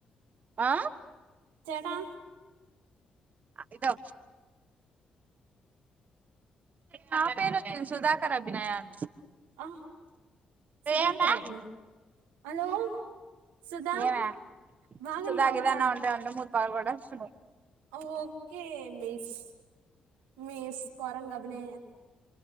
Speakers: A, on the right; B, on the right.
A: ఆ
B: చడా
A: ఇదో నా పేను నేను సుధాకర్ అభినయను
B: ఆ సుధాకరాబ్
A: ఏమే
B: హలో సుధా
A: ఏమే
B: వాగున్నావా
A: సుధా గిధా అన్నా ఉంటే ఉంటే మూతి పగలగొట్టేస్తున్న
B: ఓకే మస్ మీస్ కోరంగభనే